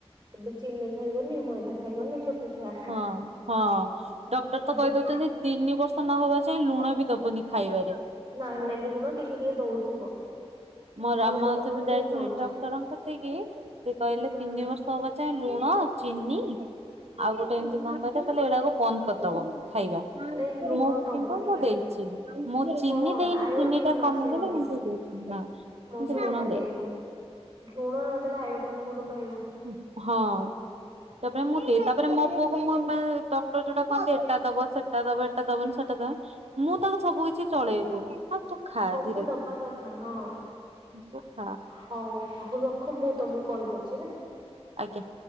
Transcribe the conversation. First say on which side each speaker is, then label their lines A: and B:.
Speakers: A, on the right; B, on the right.
A: ଏବେ ଚିନି ଖାଇବନି ମଇଦା ଖାଇବନି ଛୋଟ ଛୁଆ
B: ହଁ ହଁ ଡକ୍ଟର ତ କହିଦଉଛନ୍ତି
A: ବେଶୀ
B: ତିନି ବର୍ଷ ନହବା ଯାଏଁ ଲୁଣ ବି ଦବୁନି ଖାଇବାରେ।
A: ନାଇଁ
B: ମୋ
A: ନାଇଁ ଲୁଣ ଟିକେ ଟିକେ ଦଉଥିବ।
B: ମୋ ରାମ
A: ମୁଁ ଦଉନଥିଲି
B: ଉତ ଯାଇଥିଲି
A: ଦଉଛି
B: ଡକ୍ଟରଙ୍କ କତିକି ସେ କହିଲେ
A: ହୁଁ
B: ତିନି ବର୍ଷ କ ଯାଏ ଲୁଣ ଚିନି ଆଉ ଗୋଟେ ଏମିତି କଣ କହିଲେ କହିଲେ ଏଇଡାକୁ ବନ୍ଦ କରିଦବ। ଖାଇବା
A: ନାଇଁ ଲୁଣ
B: ମୁଁ
A: ଦବ
B: କିନ୍ତୁ
A: ଟିକେ
B: ମୁଁ ଦେଇଛି
A: ଟିକେ
B: ମୁଁ ଚିନି
A: ହଁ
B: ଦେଇନି
A: ଆୟୋଡିନ
B: ଚିନି ଟା କମିଦେଲେ
A: ଆସିବନି
B: କିନ୍ତୁ ଦେଇଛି ନା। କିନ୍ତୁ
A: ମୁଁ ବି
B: ଲୁଣ
A: ସେୟା ଦିଏନି
B: ଦେଇଛି।
A: ଭୁଣ ନଦେଲେ ଆୟୋଡ଼ିନ କୋଉଠୁ ପାଇବ।
B: ହଁ। ତାପରେ ମୁଁ ଦିଏ ତାପରେ ମୋ ପୁଅକୁ ମୁଁ ମେ ଡକ୍ଟର ଯୋଉଟା କହନ୍ତି ଏଟା ଦବ ସେଟା ଦବ ଏଟା ଦବନି ସେଟା ଦବ ମୁଁ ତାକୁ ସବୁ କିଛି ଚଳେଇ ଦିଏ ହ ତୁ ଖା
A: ସବୁ
B: ଧୀରେ
A: ଦବା
B: ଧୀରେ
A: କଥା ହଁ
B: ତୁ ଖା
A: ହଉ ହଉ ରଖ ମୁୁ ତମକୁ କଲ୍ କରୁଚି ହେଲା।
B: ଆଜ୍ଞା।